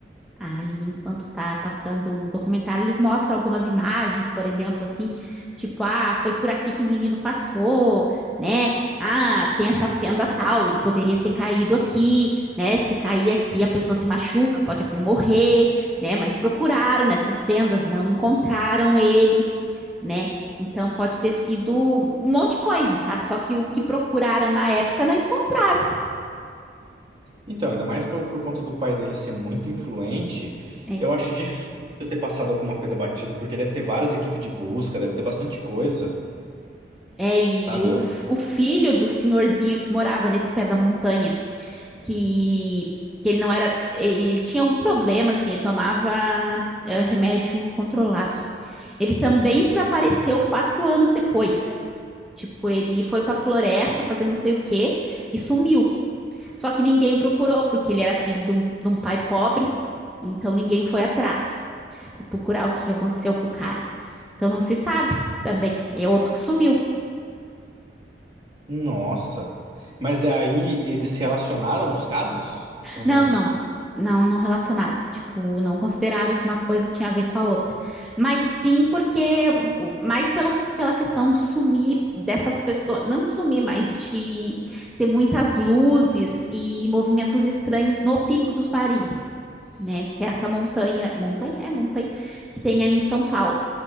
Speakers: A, in the centre; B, on the right.
A: Ali, enquanto tá passando o documentário, eles mostram algumas imagens, por exemplo, assim, tipo, ah, foi por aqui que o menino passou, né? Ah, tem essa fenda tal, ele poderia ter caído aqui, né? Se cair aqui, a pessoa se machuca, pode até morrer, né? Mas procuraram nessas fendas, não encontraram ele, né? Então pode ter sido um monte de coisa, sabe? Só que o que procuraram na época não encontraram.
B: Então, ainda mais por, por conta do pai dele ser muito influente,
A: É,
B: eu acho difícil ter passado alguma coisa batido, porque deve ter várias equipes de busca, deve ter bastante coisa.
A: É, e
B: Sabe?
A: o,
B: Eu...
A: f- o filho do senhorzinho que morava nesse pé da montanha, que, que ele não era. Ele, ele tinha algum problema, assim, ele tomava eh, remédio controlado. Ele também desapareceu quatro anos depois. Tipo, ele foi pra floresta fazer não sei o quê e sumiu. Só que ninguém procurou, porque ele era filho de um, de um pai pobre, então ninguém foi atrás pra procurar o que que aconteceu com o cara. Então não se sabe também. É outro que sumiu.
B: Nossa. Mas aí eles relacionaram os casos ou
A: Não,
B: não?
A: não. Não, não relacionaram. Tipo, não consideraram que uma coisa tinha a ver com a outra. Mas sim porque, mais pelo, pela questão de sumir dessas questões, não sumir, mas de ter muitas luzes e movimentos estranhos no Pico dos Marins, né? Que é essa montanha, montanha? É montanha, que tem aí em São Paulo,